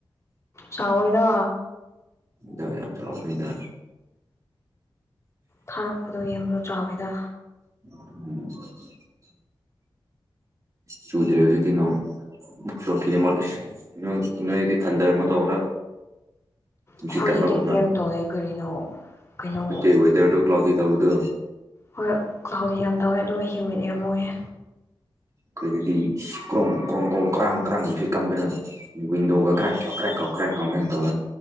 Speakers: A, on the left; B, on the right.
A: ꯆꯥꯎꯑꫭꯏꯗ
B: ꯌꯥꯗ꯭ꯔ ꯅꯨꯗ
A: ꯊꯥꯔꯛꯄꯗꯣ ꯌꯦꯡꯕꯗꯣ ꯆꯥꯎꯋꯦꯗ
B: ꯎꯝ ꯁꯨꯗꯔꯦꯁꯨ ꯀ ꯅꯣ ꯆꯣꯈꯤꯅꯤ ꯃꯥꯣꯂꯤꯁ ꯅꯣꯏꯗꯤ ꯊꯟꯗꯔꯅꯣ ꯇꯧꯕ꯭ꯔꯥ ꯅꯨꯡꯁꯤꯠ
A: ꯑꯩꯈꯣꯏꯖꯤꯗꯤ
B: ꯀꯟꯕꯒꯨꯝꯕ
A: ꯀꯦꯝ ꯇꯧꯋꯦ ꯀꯔꯤꯅꯣ ꯀꯩꯅꯣ
B: ꯅꯠꯇꯦ ꯋꯦꯗꯔꯗꯣ ꯀ꯭ꯂꯥꯎꯗꯤ ꯇꯧꯕꯗꯣ
A: ꯍꯣꯏ ꯀꯍꯗꯤ ꯌꯥꯝ ꯇꯧꯋꯏ ꯑꯗꯨ ꯍ꯭ꯌꯨꯃꯤꯠ ꯌꯥꯝ ꯑꯣꯏꯌꯦ
B: ꯀꯩꯗꯤ ꯀ꯭ꯔꯣꯡ ꯀ꯭ꯔꯣꯡ ꯀ꯭ꯔꯣꯡ ꯀ꯭ꯔꯥꯡ ꯀ꯭ꯔꯥꯡ ꯁꯤ ꯀꯟꯗꯅꯅ ꯟꯗꯒ ꯀ꯭ꯔ ꯀ ꯀ꯭ꯔꯦꯡ ꯀ ꯀ꯭ꯔꯦꯡ ꯀ ꯇꯧ